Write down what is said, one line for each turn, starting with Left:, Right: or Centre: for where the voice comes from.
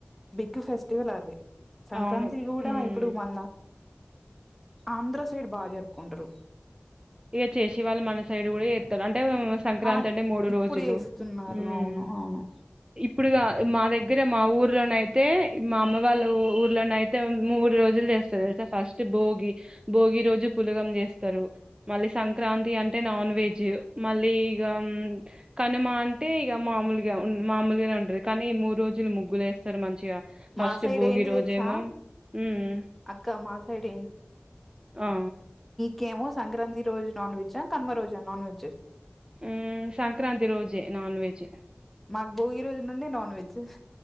Centre: బిగ్ ఫెస్టివల్ అదే సంక్రాంతి
Right: అవును.
Centre: కూడా ఇప్పుడు మన్న ఆంధ్ర సైడ్ బాగా జరుపుకుంటారు
Right: ఇగ చేేశి వాల్ మన సైడ్ కూడా చెత్తరు అంటే సంక్రాంతి
Centre: ఆ
Right: అంటే మూడు
Centre: ఇప్పుడు
Right: రోజులు
Centre: చేస్తున్నారు
Right: మ్మ్
Centre: అవును అవును
Right: ఇప్పుడుగా మా దగ్గర దగ్గర మా ఊర్లోన అయితే మా అమ్మ వాళ్ళు ఊర్లోన అయితే మూడు రోజులు చేస్తది <unintelligible> త ఫస్ట్ భోగి భోగి రోజు పులగం చేస్ తరు మళ్ళీ సంక్రాంతి ఇగ అంటే నాన్ వెజ్ మళ్ళీ ఇగ కనుమ అంటే ఇక మామూలుగా ఉన్ మామూలుగానే ఉంటది కానీ మూడు రోజులు ముగ్గులు వేస్తారు మంచిగా ఫస్ట్
Centre: మా సైడ్
Right: భోగి
Centre: ఏంటి
Right: రోజేమో
Centre: తెలుసా
Right: మ్మ్
Centre: అక్క మా సైడ్
Right: ఆ
Centre: కెమో సంక్రాంతి రోజు నాన్ వెజ కనుమ రోజా నాన్ వెెజ్
Right: మ్మ్ సంక్రాంతి రోజే నాన్ వెజ్
Centre: మాకు భోగి రోజు నుండే నాన్ వెజ్